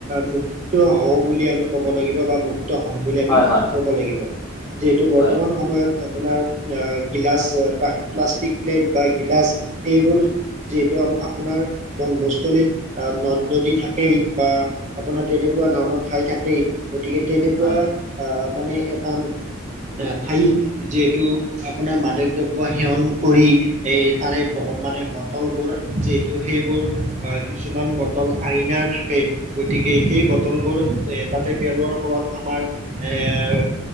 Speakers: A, on the right (about 35°); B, on the left (about 15°).
A: মুক্ত হওঁ বুলি আমি ক'ব লাগিব বা মুক্ত হ'ম বুলি আমি
B: হয় হয়
A: ক'ব লাগিব যিহেতু বৰ্তমান
B: হয়
A: সময়ত আপোনাৰ গিলাচ প্লাষ্টিক প্লেট বা গিলাচ সেইবোৰ যিহেতু আপোনাৰ বনভূজস্থলীত নদ নদী থাকেই বা আপোনাৰ তেনেকুৱা ধৰণৰ ঠাই থাকেই গতিকে তেনেকুৱা
B: হয়
A: আহ মানে এটা ঠাইত যিহেতু আপোনাৰ মাদক দ্ৰব্য সেৱন কৰি এই তাৰে মানে বটল বোৰ যিহেতু সেইবোৰ আহ কিছুমান ব ল আইনাৰ থকে। গতিকে সেই বটলবোৰ এ তাতে পেলোৱাৰ ফলত আমাৰ এৰ